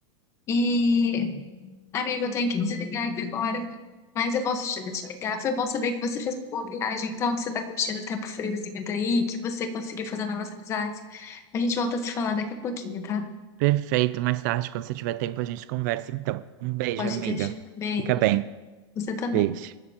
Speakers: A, on the left; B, on the right.
A: E Amigo, eu tenho que desligar aqui agora, mas eu posso te te ligar. Foi bom saber que você fez uma boa viagem, então, que você tá curtindo o tempo friozinho daí, que você conseguiu fazer novas amizades. A gente volta a se falar daqui a pouquinho, tá?
B: Perfeito, mais tarde, quando você tiver tempo, a gente conversa então. Um beijo,
A: Pode
B: amiga.
A: deixar. Beijo.
B: Fica bem.
A: Você também.
B: Beijo.